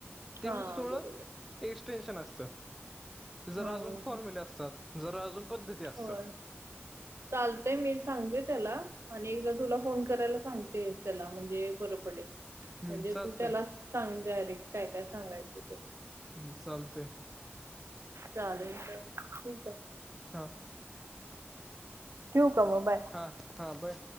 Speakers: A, in the centre; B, on the right.
A: त्यामुळे
B: हा
A: ते थोडं
B: बरोबर
A: एक्सटेन्शन असतं. जरा
B: हा हा
A: अजून फॉर्म्यूले
B: हा.
A: असतात जर अजून पद्धती असतात
B: होय चालतेय मी सांगते त्याला आणि एकदा तुला फोन करायला सांगते त्याला म्हणजे बरं पडेल.
A: हम्म
B: म्हणजे
A: चालतय
B: तू त्याला सांग डायरेक्ट काय काय सांगायचं ते.
A: हम्म चालतय.
B: चालेल चल ठीक आहे.
A: हा
B: ठेवू का मग बाय.
A: हा हा. बर.